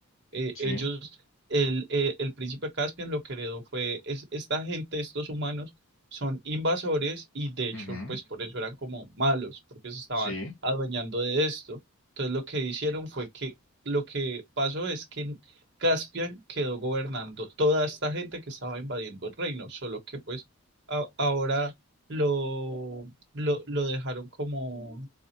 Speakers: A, on the right; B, on the left.
A: eh,
B: sí.
A: ellos, el, eh, el príncipe Caspian lo que heredó fue, es, esta gente, estos humanos, son invasores y de hecho,
B: Ujú,
A: pues por eso eran como malos, porque se estaban
B: Sí,
A: adueñando de esto. Entonces lo que hicieron fue que lo que pasó es que Caspian quedó gobernando toda esta gente que estaba invadiendo el reino, solo que pues a- ahora lo, lo, lo dejaron como,